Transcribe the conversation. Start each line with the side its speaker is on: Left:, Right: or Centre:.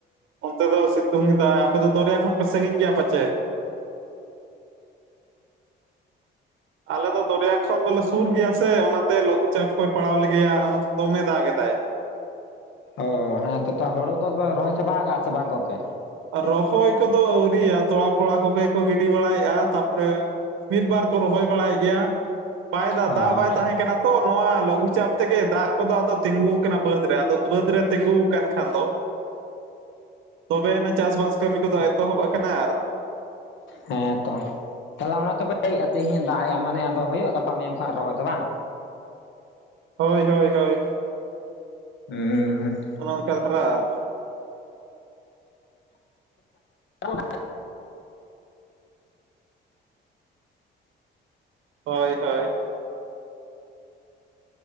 Right: ᱚᱱᱛᱮ ᱫᱚ ᱥᱮᱛᱳᱝ ᱮᱫᱟᱭ ᱟᱯᱮ ᱫᱚᱨᱭᱟ ᱠᱷᱚᱱ ᱯᱮ ᱥᱟᱺᱜᱤᱧ ᱜᱮᱭᱟ ᱯᱟᱪᱮ ᱟᱞᱮ ᱫᱚ ᱫᱚᱨᱭᱟ ᱠᱷᱚᱱ ᱫᱚᱞᱮ ᱥᱩᱨ ᱜᱮᱭᱟ ᱥᱮ, ᱚᱱᱟᱛᱮ ᱞᱚᱜᱷᱩ ᱪᱟᱯ ᱠᱚᱭ ᱯᱟᱲᱟᱣ ᱞᱮᱜᱮᱭᱟ ᱚᱱᱟ ᱛᱮ ᱫᱚᱢᱮ ᱫᱟᱜᱽ ᱮᱫᱟᱭ᱾
Left: ᱚ ᱦᱮᱸ ᱛᱚ ᱦᱳᱲᱳ ᱠᱚ ᱫᱚ ᱯᱮ ᱨᱚᱦᱚᱭ ᱪᱟᱵᱟ ᱠᱟᱜ ᱥᱮ ᱵᱟᱝ ᱜᱚᱝᱠᱮ?
Right: ᱨᱚᱦᱚᱭ ᱠᱚᱫᱚ ᱟᱹᱣᱨᱤᱭᱟ ᱛᱚᱲᱟ ᱯᱷᱚᱲᱟ ᱠᱚᱜᱮ ᱠᱚ ᱜᱤᱰᱤ ᱵᱟᱲᱟᱭ ᱮᱫᱼᱟ ᱛᱟ ᱯᱚᱨᱮ ᱢᱤᱫ ᱵᱟᱨ ᱠᱚ ᱨᱚᱦᱚᱭ ᱵᱟᱲᱟᱭ ᱮᱜ ᱜᱮᱭᱟ᱾ ᱵᱟᱭ ᱫᱟᱜᱽ,
Left: ᱚ
Right: ᱫᱟᱜᱽ ᱵᱟᱭ ᱛᱟᱦᱮᱸ ᱠᱟᱱᱟ ᱛᱚ ᱱᱚᱣᱟ ᱞᱩᱜᱩ ᱪᱟᱯ ᱛᱮᱜᱮ ᱫᱟᱜᱽ ᱠᱚᱫᱚ ᱟᱫᱚ ᱛᱤᱸᱜᱩ ᱟᱠᱟᱱᱟ ᱵᱟᱹᱫᱽ ᱨᱮ ᱟᱫᱚ ᱵᱟᱹᱫᱽ ᱨᱮ ᱛᱤᱸᱜᱩ ᱠᱷᱟᱱ ᱫᱚ
Left: <inaudible>
Right: ᱛᱚᱵᱮᱭ ᱱᱟ ᱪᱟᱥᱵᱟᱥ ᱠᱟᱹᱢᱤ ᱠᱚᱫᱚ ᱮᱛᱚᱦᱚᱵᱽ ᱟᱠᱟᱱᱟ ᱟᱨ
Left: ᱦᱮᱸ ᱛᱚ᱾ ᱛᱟᱦᱚᱞᱮ ᱚᱱᱟ ᱦᱚᱫᱚ ᱯᱮ ᱞᱟᱹᱭ ᱮᱜᱼᱟ᱾ ᱛᱮᱦᱮᱧ ᱫᱟᱜᱽ ᱮ ᱢᱟᱱᱮ ᱟᱫᱚ ᱦᱳᱭᱳᱜᱼᱟ᱾ ᱜᱟᱯᱟ ᱢᱮᱭᱟᱝ ᱠᱷᱚᱱᱟ ᱨᱚᱦᱚᱭ ᱫᱚ ᱵᱟᱝ?
Right: ᱦᱳᱭ ᱦᱳᱭ ᱦᱳᱭ
Left: ᱦᱩᱸ ᱩᱸ
Right: ᱚᱱᱮᱼᱚᱱᱠᱟ ᱫᱟᱨᱟ
Left: <unintelligible>
Right: ᱦᱳᱭ ᱦᱳᱭ